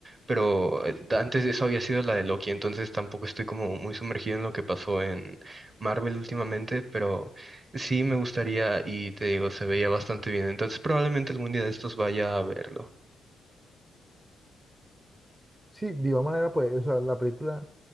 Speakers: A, on the right (about 35°); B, on the right (about 15°).
A: pero eh, antes de eso había sido la de Loki, entonces tampoco estoy como muy sumergido en lo que pasó en Marvel últimamente, pero sí me gustaría y te digo, se veía bastante bien, entonces probablemente algún día de estos vaya a verlo.
B: Sí, de igual manera, pues, o sea, la película,